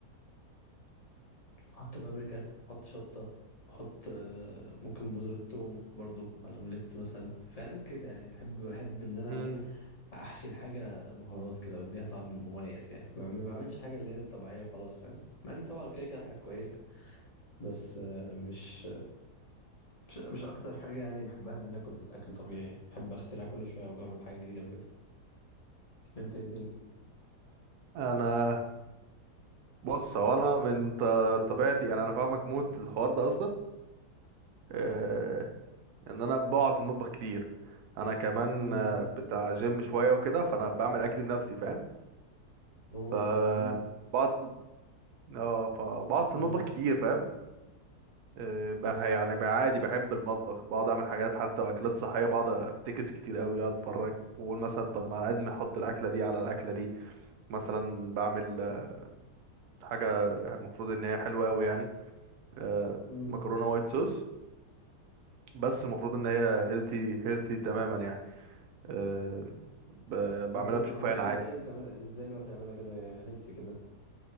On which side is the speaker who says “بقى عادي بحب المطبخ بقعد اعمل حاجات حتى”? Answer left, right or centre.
Right